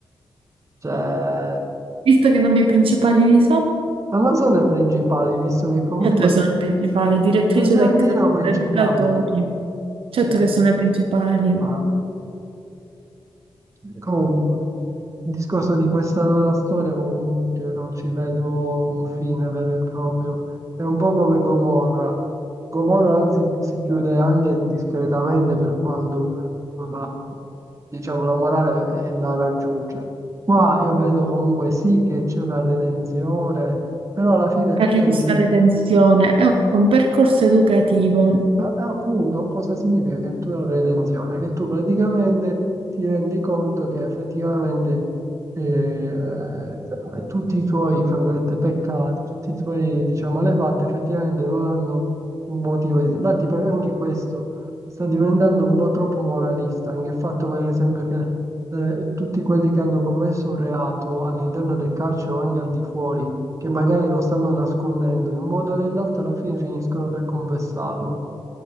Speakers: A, on the right; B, on the right.
A: Cioè,
B: Visto che i nomi principali li so.
A: non sono i principali, visto che comunque...
B: Certo che sono le principali, direttrice
A: Il biondino
B: del campo,
A: principale
B: educatori,
A: era.
B: certo
A: Il bio-
B: che sono le principali,
A: ma- eh, Comunque, il discorso di questa storia comunque io non ci vedo un fine vero e proprio. È un po' come Gomorra. Gomorra anzi si chiude anche discretamente per quando la, diciamo, la morale eh, la raggiunge. Qua io vedo comunque sì che c'è una redenzione, però alla fine
B: per
A: tutto
B: ricucire
A: è gi-
B: tensione, è un percorso educativo.
A: Ma appunto, cosa significa che tu hai una redenzione? Che tu praticamente ti rendi conto che effettivamente eh, eh, tutti i tuoi, fra virgolette, peccati, tutti i tuoi, diciamo, malefatte, effettivamente non hanno un motivo di... Infatti, per me anche questo sta diventando un po' troppo moralista, anche il fatto, per esempio, che eh, tutti quelli che hanno commesso un reato all'interno del carcere o anche al di fuori, che magari lo stanno nascondendo, in un modo o nell'altro alla fine finiscono per confessarlo.